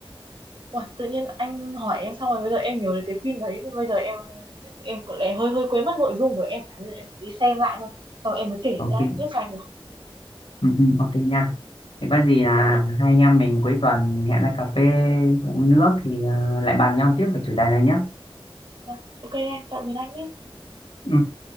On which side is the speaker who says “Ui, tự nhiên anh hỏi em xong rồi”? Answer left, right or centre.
Right